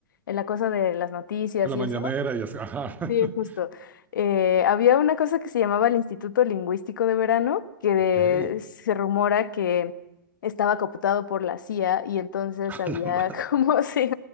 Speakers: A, on the left; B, on the right.
A: en la cosa de las noticias
B: En la
A: y
B: mañanera
A: eso,
B: y así, ajá. <laughs>
A: Sí, justo. Eh, había una cosa que se llamaba el Instituto Lingüístico de Verano, que de-
B: Ok, <laughs>
A: se rumora que estaba cooptado por la CIA y entonces
B: a
A: había
B: la ma-
A: <laughs> como si-